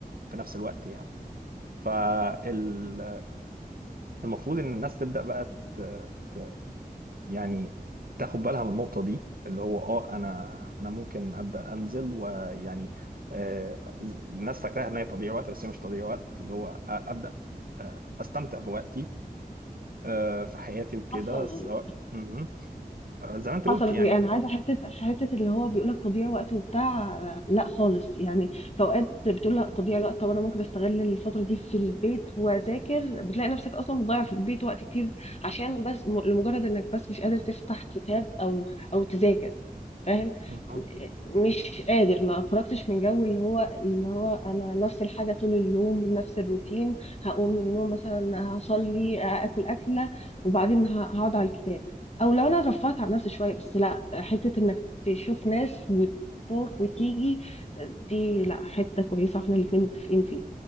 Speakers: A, on the right (about 65°); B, on the left (about 40°).
A: في نفس الوقت يعني فال المفروض ان الناس تبدا بقى ت... ت... يعني تاخد بالها من النقطه دي اللي هو اه انا انا ممكن ابدا انزل ويعني آه الناس فاكراها ان هي تضييع وقت بس هي مش تضييع وقت اللي هو أ- ابدا آه، استمتع بوقتي آه في حياتي وكده
B: حصل
A: سواء مهم. آه، زي ما انت
B: حصلت
A: قلت يعني
B: ايه انا عايزه حته حته اللي هو بيقول لك تضييع وقت وبتاع آه، لا خالص يعني في اوقات بتقول لا تضييع الوقت طب انا ممكن استغل الفتره دي في البيت واذاكر بتلاقي نفسك اصلا مضيع في البيت وقت كتير عشان بس م- لمجرد انك بس مش قادر تفتح كتاب او او تذاكر فاهم
A: مهم.
B: مش قادر ما خرجتش من جو اللي هو اللي هو انا نفس الحاجه طول اليوم نفس الروتين هقوم من النوم مثلا هصلي اكل اكله وبعدين ه- هقعد على الكتاب او لو انا رفعت عن نفسي شويه بس لا حته انك تشوف ناس وتروح وتيجي دي لا حته كويسه احنا الاتنين متفقين فيها